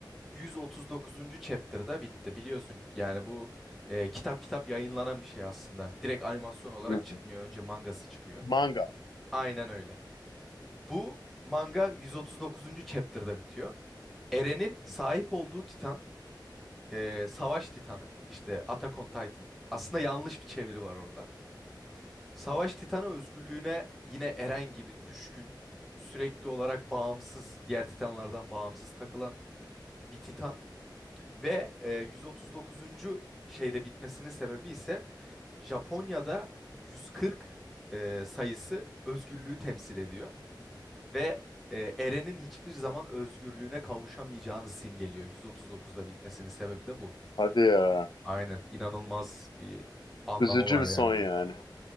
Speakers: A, in the centre; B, on the left.
A: 139. chapter'da bitti. Biliyorsun yani bu e, kitap kitap yayınlanan bir şey aslında. Direkt animasyon olarak
B: hı.
A: çıkmıyor. Önce mangası çıkıyor.
B: Manga.
A: Aynen öyle. Bu manga 139. chapter'da bitiyor. Eren'in sahip olduğu Titan, e, Savaş Titanı, işte Attack on Titan. Aslında yanlış bir çeviri var orada. Savaş Titanı özgürlüğüne yine Eren gibi düşkün, sürekli olarak bağımsız, diğer Titanlardan bağımsız takılan bir Titan ve e, 139. şeyde bitmesinin sebebi ise Japonya'da 140 e, sayısı özgürlüğü temsil ediyor ve e, Eren'in hiçbir zaman özgürlüğüne kavuşamayacağını simgeliyor. 139'da bitmesinin sebebi de bu.
B: Hadi ya.
A: Aynen. İnanılmaz bir anlamı
B: Üzücü
A: var
B: bir
A: yani
B: son
A: be.
B: yani.